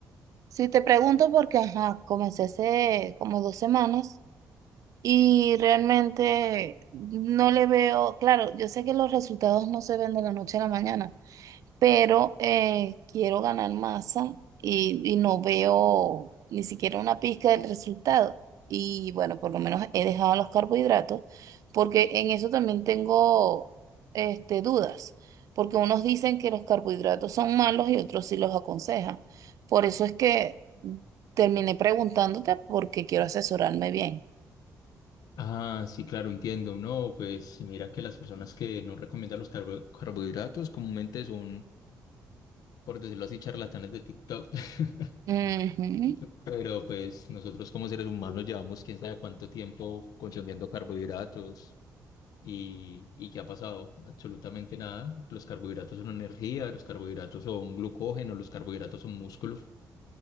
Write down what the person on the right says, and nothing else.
Sí, te pregunto porque, ajá, comencé hace como dos semanas y realmente no le veo, claro, yo sé que los resultados no se ven de la noche a la mañana, pero eh, quiero ganar masa y, y no veo ni siquiera una pizca del resultado. Y bueno, por lo menos he dejado los carbohidratos, porque en eso también tengo este, dudas, porque unos dicen que los carbohidratos son malos y otros sí los aconsejan. Por eso es que terminé preguntándote porque quiero asesorarme bien.
Ujú,